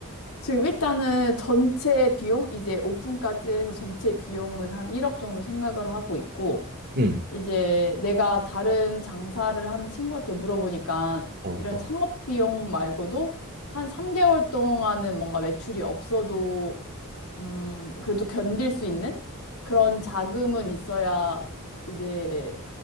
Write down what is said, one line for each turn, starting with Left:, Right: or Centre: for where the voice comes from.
Left: 지금 일단은 전체 비용, 이제 오픈까지 해서 전체 비용은 한 1억 정도 생각을 하고 있고,
Right: 음.
Left: 이제 내가 다른 장사를 하는 친구한테 물어보니까
Right: 어,
Left: 이런
Right: 어.
Left: 창업 비용 말고도 한 3개월 동안은 뭔가 매출이 없어도, 음, 그래도 견딜 수 있는 그런 자금은 있어야 이제